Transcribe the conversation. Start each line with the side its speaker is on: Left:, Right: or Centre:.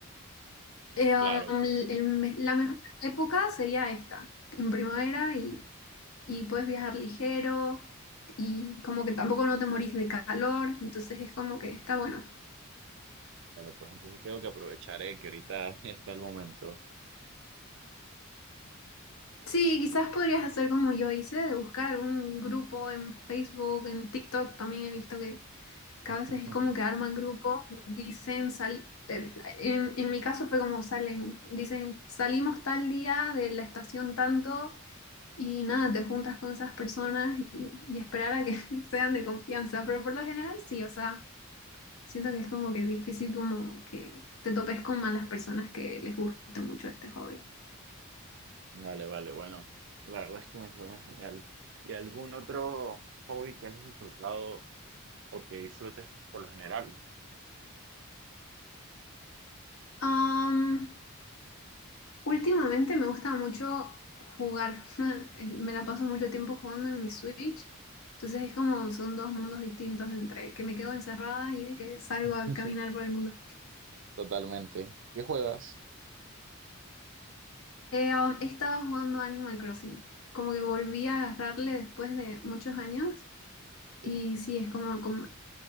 Left: Eh, um,
Right: claro.
Left: el- la mejor época sería esta, en primavera y, y puedes viajar ligero y como que tampoco no te morís de calor, entonces es como que está bueno.
Right: Vale, pues entonces tengo que aprovechar, eh, que ahorita <laughs> está el momento.
Left: Sí, quizás podrías hacer como yo hice, de buscar algún grupo en Facebook, en TikTok, también he visto que, que
Right: <laughs>
Left: a veces es como que arman grupos, dicen, sal, eh, en, en mi caso fue como salen, dicen, salimos tal día de la estación tanto. Y nada, te juntas con esas personas y, y esperar a que <laughs> sean de confianza, pero por lo general sí, o sea, siento que es como que difícil como que te topes con malas personas que les guste mucho este hobby.
Right: Vale, vale, bueno, la verdad es que me suena genial. ¿Y algún otro hobby que hayas disfrutado o que disfrutes por lo general?
Left: Am, últimamente me gusta mucho jugar, <laughs> Eh, me la paso mucho tiempo jugando en mi Switch, entonces es como son dos mundos distintos entre que me quedo encerrada y de que salgo
Right: <laughs>
Left: a caminar por el mundo.
Right: Totalmente. ¿Qué juegas?
Left: Eh, um, he estado jugando Animal Crossing. Como que volví a agarrarle después de muchos años. Y
Right: Sí.
Left: sí, es como, como-